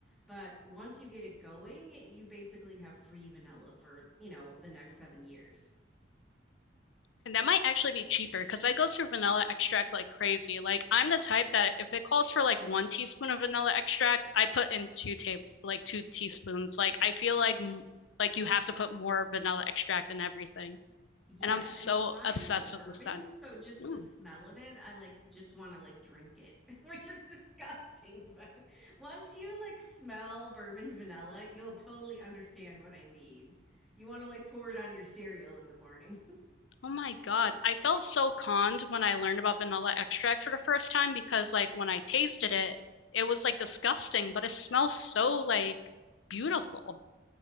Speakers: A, in the centre; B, on the left.
A: But once you get it going, you basically have free vanilla for, you know, the next seven years.
B: And that might actually be cheaper because I go through vanilla extract like crazy. Like I'm the type that if it calls for like one teaspoon of vanilla extract, I put in two table like two teaspoons. Like I feel like like you have to put more vanilla extract in everything.
A: Yeah,
B: And I'm so
A: and mine
B: obsessed
A: has bourbon,
B: with the scent.
A: so just
B: Mm.
A: the smell of it, I like just want to like drink it, <laughs> which is disgusting. <laughs> But once you like smell bourbon vanilla, you'll totally understand what I mean. You want to like pour it on your cereal in the morning.
B: Oh my God. I felt so conned when I learned about vanilla extract for the first time because like when I tasted it, it was like disgusting, but it smells so like beautiful.